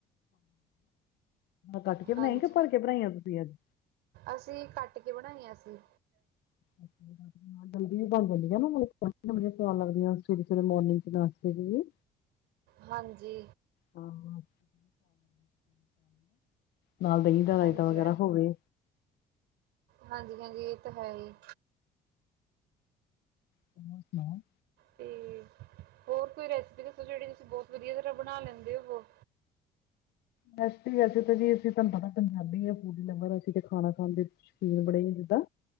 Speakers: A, on the left (about 75°); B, on the right (about 85°).
A: ਕੱਟ ਕੇ ਬਣਾਈ
B: ਹਾਂਜੀ
A: ਭਲਕੇ ਬਣਾਈਆਂ, ਤੁਸੀਂ ਅੱਜ
B: ਅਸੀਂ ਕੱਟ ਕੇ ਬਣਾਈਆਂ ਸੀ।
A: ਅੱਛਾ ਅੱਛਾ ਜਲਦੀ ਵੀ ਬੰਦ ਹੁੰਦੀ ਹੈ, ਨਾ ਮਤਲਬ ਬਆ ਲੱਗਦੀਆਂ। ਸਵੇਰੇ ਸਵੇਰੇ ਮੋਰਿੰਗ ਚ ਨਾਤੇ ਵੀ
B: ਹਾਂਜੀ
A: ਹਾਂ ਨਾਲ ਦਹੀਂ ਦਾ ਰਾਇਤਾ
B: ਹਾਂਜੀ
A: ਵਗੈਰਾ ਹੋਵੇ।
B: ਹਾਂਜੀ, ਹਾਂਜੀ, ਇਹ ਤਾਂ ਹੈ ਹੀ।
A: ਤਰ ਸੁਣਾਓ।
B: ਤੇ ਹੋਰ ਕੋਈ ਰੈਸਿਪੀ ਦੱਸੋ ਜਿਹੜੀ ਤੁਸੀਂ ਬਹੁਤ ਵਧੀਆ ਤਰ੍ਹਾਂ ਬਣਾ ਲੈਂਦੇ ਹੋ ਵੋ।
A: ਵੈਸੇ ਹੀ ਵੈਸੇ ਤਾਂ ਜੀ ਅਸੀਂ ਤੁਹਾਨੂੰ ਪਤਾ ਪੰਜਾਬੀ ਆ ਫੂਡ ਹੀ ਲ ਅਸੀ ਖਾਣਾ ਖਾਂਦੇ। ਬੜੇ ਜਿੱਦਾਂ।